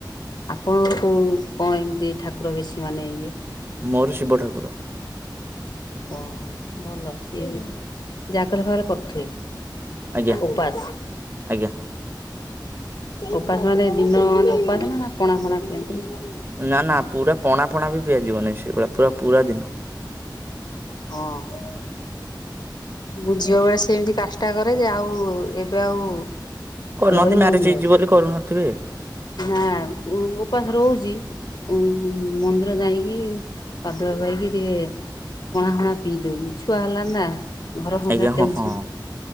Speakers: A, on the left (about 65°); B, on the right (about 30°).
A: ଆପଣ କ କଣ ଏମିତି ଠାକୁର ବେଶୀ ମାନେ ଇଏ?
B: ମୋର ଶିବ ଠାକୁର।
A: ଓହୋ ଭଲ ସିଏ ବି ଜା <unintelligible> ପଥେ
B: ଆଜ୍ଞା
A: ଉପାସ
B: ଆଜ୍ଞା
A: ଉପାସ ମାନେ ଦିନ ମାନେ ଉପାସ ନା ପଣା ଫଣା ପିଅନ୍ତି ନା?
B: ନା ନା ପୁରା ପଣା ଫଣା ବି ପିଆଯିବ ନାହିଁ ସେଇଭଳିଆ ପୁରା, ପୁରା ଦିନ।
A: ହଁ। ମୁଁ ଝିଅ ବେଳେ ସେମିତି କାଷ୍ଟା କରେ ଯେ ଆଉ ଏବେ ଆଉ
B: କରୁନାହାନ୍ତି,
A: ରହି
B: ମ୍ୟାରେଜ
A: ହଉନି
B: ହେଇଯିବ
A: ଆଉ
B: ବୋଲି କରୁନଥିବେ।
A: ନା ଉପାସ ରହୁଚି ଉ ମନ୍ଦିର ଯାଇକି, ପାଦୁଆ ପାଇକି ଟିକେ ପଣା ହଣା ପିଇ ଦଉଛିି, ଛୁଆ ହେଲା ନା! ଘର ସଂସାର
B: ଆଜ୍ଞା
A: ଟେନସନ।
B: ହଁ ହଁ